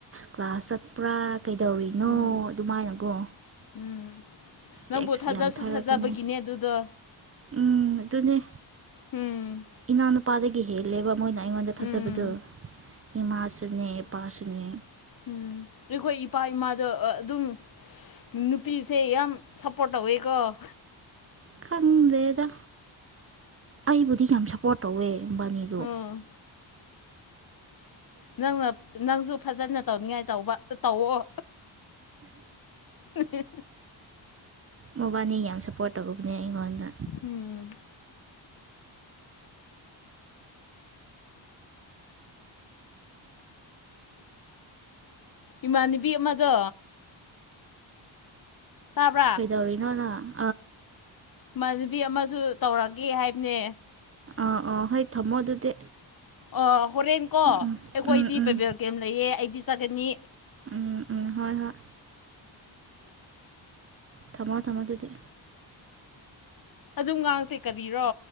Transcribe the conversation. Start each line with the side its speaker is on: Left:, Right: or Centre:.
Right: ꯀ꯭ꯂꯥꯁ ꯆꯠꯄ꯭ꯔꯥ ꯀꯩꯗꯧꯔꯤꯅꯣ
Left: ꯎꯝ
Right: ꯑꯗꯨꯃꯥꯏꯅꯀꯣ
Left: ꯎꯝ ꯅꯪꯕꯨ
Right: ꯇꯦꯛꯁ
Left: ꯊꯥꯖꯁꯨ
Right: ꯌꯥꯝ ꯊꯥꯔꯛꯄꯅꯦ
Left: ꯊꯥꯖꯕꯒꯤꯅꯦ ꯑꯗꯨꯗꯣ
Right: ꯎꯝ ꯑꯗꯨꯅꯦ
Left: ꯎꯝ
Right: ꯏꯅꯥꯎꯅꯨꯄꯥꯗꯒꯤ ꯍꯦꯜꯂꯦꯕ ꯃꯣꯏꯅ ꯑꯩꯉꯣꯟꯗ
Left: ꯎꯝ
Right: ꯊꯥꯖꯕꯗꯣ ꯏꯃꯥꯁꯨꯅꯦ ꯏꯄꯥꯁꯨꯅꯦ
Left: ꯎꯝ ꯑꯩꯈꯣꯏ ꯏꯄꯥ ꯏꯃꯥꯗ ꯑꯗꯨꯝ ꯅꯨꯄꯤꯁꯦ ꯌꯥꯝ ꯁꯞꯄꯣꯔꯠ ꯇꯧꯋꯦꯀꯣ ꯍꯦ
Right: ꯈꯪꯗꯦꯗ ꯑꯩꯕꯨꯗꯤ ꯌꯥꯝ ꯁꯞꯄꯣꯔꯠ ꯇꯧꯋꯦ ꯕꯥꯅꯤꯗꯨ
Left: ꯎꯝ ꯅꯪꯅ ꯅꯪꯁꯨ ꯐꯖꯅ ꯇꯧꯅꯤꯡꯉꯥꯏ ꯇꯧꯕ ꯇꯧꯑꯣ ꯍꯤꯍꯤ
Right: ꯃꯕꯥꯅꯤ ꯌꯥꯝ ꯁꯞꯄꯣꯔꯠ ꯇꯧꯕꯅꯦ ꯑꯩꯉꯣꯟꯗ
Left: ꯎꯝ ꯏꯃꯥꯟꯅꯕꯤ ꯑꯃꯗꯣ ꯇꯥꯕ꯭ꯔꯥ
Right: ꯀꯩꯗꯧꯔꯤꯅꯣ ꯅꯪ
Left: ꯃꯅꯕꯤ ꯑꯃꯁꯨ ꯇꯧꯔꯒꯦ ꯍꯥꯏꯕꯅꯦ
Right: ꯑꯥ ꯑꯣ ꯍꯣꯏ ꯊꯝꯃꯣ ꯑꯗꯨꯗꯤ
Left: ꯑꯣ ꯍꯣꯔꯦꯟ ꯀꯣ
Right: ꯎꯝ
Left: ꯑꯩꯈꯣꯏꯗꯤ
Right: ꯎꯝ ꯎꯝ ꯎꯝ
Left: ꯕꯦꯕꯦꯜ ꯀꯦꯝ ꯂꯩꯌꯦ ꯑꯩꯗꯤ ꯆꯠꯒꯅꯤ
Right: ꯎꯝ ꯎꯝ ꯍꯣꯏ ꯍꯣꯏ ꯊꯝꯃꯣ ꯊꯝꯃꯣ ꯑꯗꯨꯗꯤ
Left: ꯑꯗꯨꯝ ꯉꯥꯡꯁꯦ ꯀꯔꯤꯔꯣ